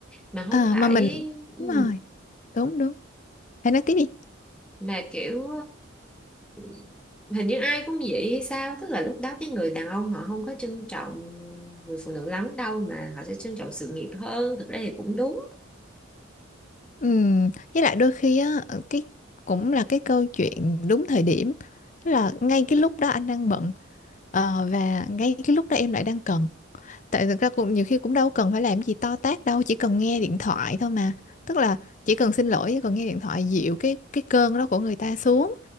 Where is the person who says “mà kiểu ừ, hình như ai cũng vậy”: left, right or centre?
Centre